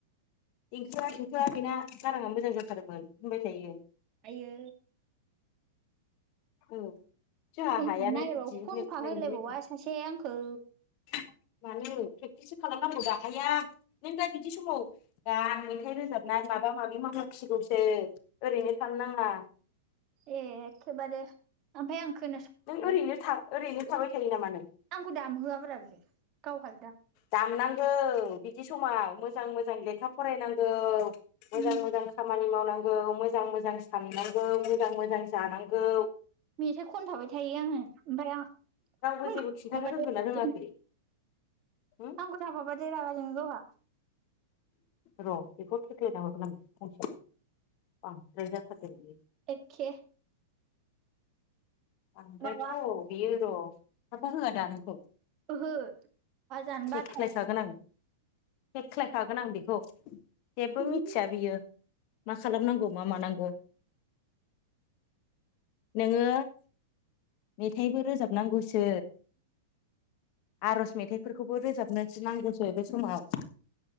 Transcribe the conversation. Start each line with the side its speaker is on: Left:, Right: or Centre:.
Left: ऐंखोआ थेंखोआ बेना गाराङा मोजां जाथारोमोन होनबाय थायो
Right: आयै
Left: औ जोंहा
Right: खनफा
Left: हायानो
Right: नागिरबाबो
Left: बिदि
Right: खनफा
Left: नोंनि
Right: होलायबावा
Left: बायदि
Right: सासे आंखौ
Left: <inaudible> मानो प्रेकटिससो खालामनांगौ दाखाया नों दा बिदि समाव दा मेथाइ रोजाबनाय माबा माबा माबि मावनां सिगौसो ओरैनो खालाम नाङा।
Right: ए एखेबारे ओमफाय आं खोनासंयो
Left: नों ओरैनो था ओरैनो थाबाय थायो नामा नों
Right: आंखौ दामहोआब्रा बियो गावहा
Left: दामनांगौ बिदि समाव मोजां मोजां लेखा फरायनांगौ मोजां
Right: उम
Left: मोजां खामानि मावनांगौ मोजां मोजां साननांगौ मोजां मोजां जानांगौ
Right: मेथाइ खनथाबाय थायो आङो ओमफ्राय आं
Left: रावबो जेबो खिन्थानो
Right: माबाथाय
Left: रोंगोन ना रोङाखै हो
Right: आंखौ थाफाबाथाइ रागा जोंङो गावहा
Left: र' बेखौ थेख्लायना हरगोन आं फंसे बांद्राइ जाथारदों बियो
Right: एखे
Left: ओमफ्रायथ'
Right: माबा
Left: बियो र' थाफा होआ दा नोंखौ
Right: ओहो बाजानबा
Left: थेख्लायखागोन
Right: थार
Left: आं थेख्लायखागोन आं बेखौ जेबो
Right: बाथारो
Left: मिथिया बियो मा खालामनांगौ मा मानांगौ ओ नोङो मेथाइबो रोजाबनांगौसो आरज मेथाइफोरखौबो रोजाबनोसनांगौसो बे समाव